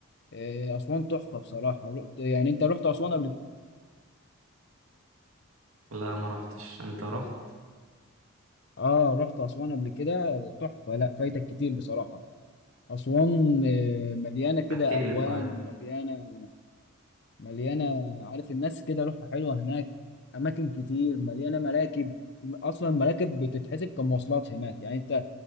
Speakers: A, on the left; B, on the right.
A: آه، اسوان تحفه بصراحه رحت يعني انت رحت اسوان قبل كده
B: لا ما رحتش أنت رحت
A: اه رحت اسوان قبل كده تحفه لا فايتك كتير بصراحه اسوان آه، مليانه كده
B: احكي
A: الوان
B: لي طيب
A: مليانه مليانة عارف الناس كده روحها حلوة هناك أماكن كتير مليانة مراكب أصلا المراكب بتتحسب كمواصلات هناك يعني أنت